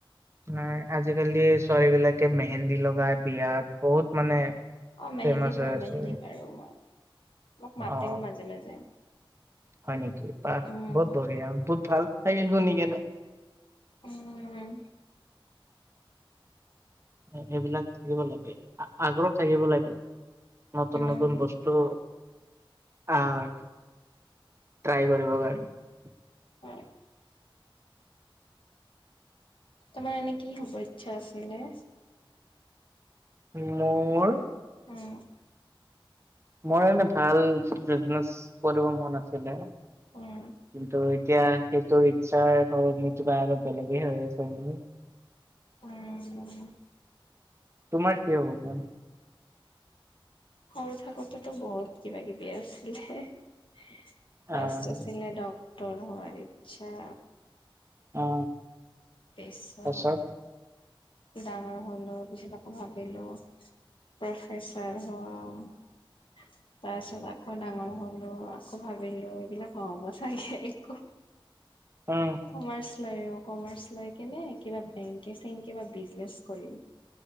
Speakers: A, on the right (about 30°); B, on the left (about 65°).
A: ন আজিকালি ছোৱালী বিলাকে মেহেন্দী লগাই বিয়াত বহুত মানে
B: অ মেহেন্দী
A: ফেমাচ
B: পাৰু
A: হৈ আছে।
B: মেহেন্দী পাৰু মই মোক মাতেও
A: অ
B: মাজে মাজে
A: হয় নেকি বা
B: উম।
A: বহুত বঢ়িয়া বহুত ভাল লাগিল শুনি কিনে
B: উম
A: সেইবিলাক শিকিব লাগে আগ্ৰহ থাকিব লাগে নতুন
B: উম,
A: নতুন বস্তু আহ ট্ৰাই কৰিব কাৰণে
B: অ তোমাৰ এনে কি হ'ব ইচ্ছা আছিলে
A: মোৰ
B: উম
A: মোৰ এনে ভাল বিজনেচ কৰিব মন আছিলে কিন্তু
B: উম,
A: এতিয়া সেইটো ইচ্ছা আৰু বেলেগে হৈ আছে ন
B: উম
A: তোমাৰ কি হ'ব ম
B: সৰু থাকোতেতো বহুত কিবা কিবি আছিলে ফাস্ট
A: আহ
B: আছিলে ডক্টৰ হোৱাৰ ইচ্ছা
A: অ
B: পিছত
A: পাছত
B: ডাঙৰ হলো পিছত আকৌ ভাবিলো প্ৰফেচাৰ হম তাৰ পিছত আকৌ ডাঙৰ হলো আকৌ ভাবিলো এইবিলাক হ'ব চাগি একো
A: উম
B: কমাৰ্চ কমাৰ্চ লয় কেনে কিবা বেংক চেংক বা বিজনেচ কৰিম